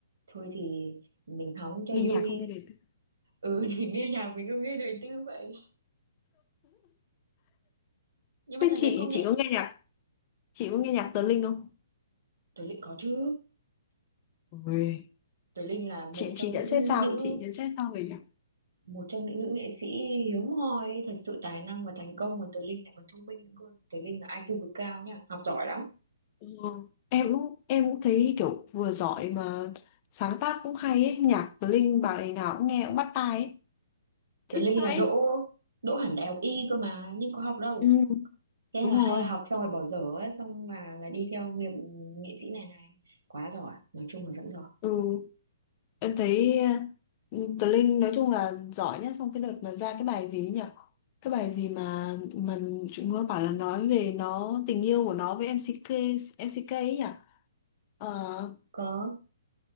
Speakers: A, on the right (about 75°); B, on the left (about 30°).
A: thôi thì mình hóng cho
B: nghe nhạc
A: vui
B: không nghe đời tư
A: ừ <laughs> thì nghe nhạc mình không nghe đời tư vậy nhưng mà
B: thế
A: thằng
B: chị
A: đấy công nhận
B: chị có nghe nhạc chị có nghe nhạc Tờ Linh không
A: Tuấn Linh có chứ
B: Ôi.
A: Tuấn Linh là một
B: chị
A: trong
B: chị nhận
A: những
B: xét sao
A: nữ
B: chị nhận xét sao về nhạc
A: một trong những nữ nghệ sĩ hiếm hoi ấy, thật sự tài năng và thành công mà Tuấn Linh lại còn thông minh nữa cơ Tuấn Linh là IQ cực cao nha học giỏi lắm
B: ừ. em cũng em cũng thấy kiểu vừa giỏi mà sáng tác cũng hay ấy nhạc Tờ Linh bài nào cũng nghe cũng bắt tai ấy
A: Tuấn
B: thích
A: Linh
B: vãi
A: là đỗ đỗ hẳn đại học y cơ mà nhưng có học đâu
B: ừ,
A: thế
B: đúng
A: là hay
B: rồi
A: là học xong rồi bỏ dở ấy xong là là đi theo nghiệp nghệ sĩ này này quá giỏi nói chung là vẫn giỏi
B: ừ Em thấy uh, Tờ Linh nói chung là giỏi nhất xong cái đợt mà ra cái bài gì ấy nhỉ? Cái bài gì mà mà chúng nó bảo là nói về nó tình yêu của nó với MCK MCK ấy nhỉ? Ờ,
A: có